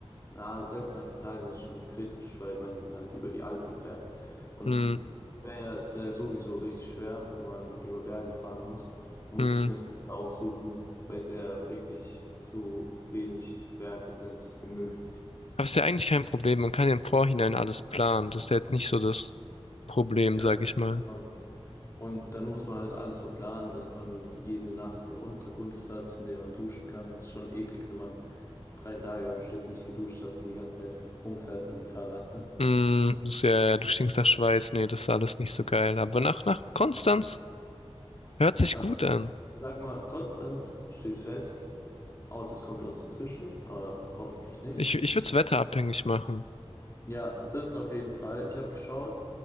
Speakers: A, on the left; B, on the left.
A: na, selbst nach Italien ist schon kritisch, weil man halt über die Alpen fährt. Und
B: Hm,
A: wär ja, es wäre sowieso richtig schwer, wenn man über Berge fahren muss. Man
B: hm.
A: muss sich eine Route aussuchen, bei der wirklich so wenig Berge sind wie möglich.
B: Aber ist ja eigentlich kein Problem. Man kann ja im Vorhinein alles planen. Das ist ja jetzt nicht so das Problem,
A: Ja,
B: sag
A: das
B: ich mal.
A: stimmt schon. Und dann muss man halt alles so planen, dass man jede Nacht eine Unterkunft hat, in der man duschen kann. Ist schon eklig, wenn man drei Tage am Stück nicht geduscht hat und die ganze Zeit rumfährt mit dem Fahrrad, ne?
B: Mm, das ist ja, ja, du stinkst nach Schweiß. Nee, das ist alles nicht so geil. Aber nach, nach Konstanz hört sich
A: Also,
B: gut an.
A: sag mal, Konstanz steht fest, außer es kommt was dazwischen, aber hoffentlich nicht.
B: Ich, ich würde es wetterabhängig machen.
A: Ja, das ist auf jeden Fall. Ich habe geschaut,